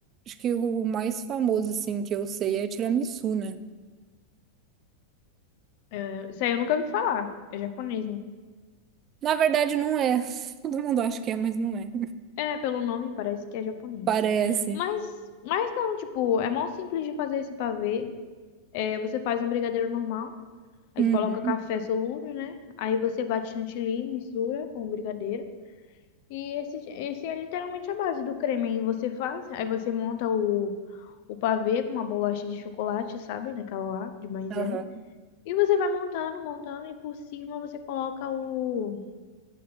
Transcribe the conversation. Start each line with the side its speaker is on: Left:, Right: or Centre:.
Right: Acho que o mais famoso, assim, que eu sei é tiramisu, né?
Left: É, isso aí eu nunca vi falar. É japonês, né?
Right: Na verdade, não é. <laughs> Todo mundo acha que é, mas não é.
Left: É, pelo nome parece que é japonês.
Right: Parece.
Left: Mas, mas não, tipo, é mó simples de fazer esse pavê. É, você faz um brigadeiro normal, aí
Right: Uhum.
Left: coloca café solúvel, né? Aí você bate chantilly, mistura com o brigadeiro. E esse, esse é literalmente a base do creme. Aí você faz, aí você monta o, o pavê com uma bolacha de chocolate, sabe? Daquela lá, de maisena.
Right: Aham.
Left: E você vai montando, montando, e por cima você coloca o,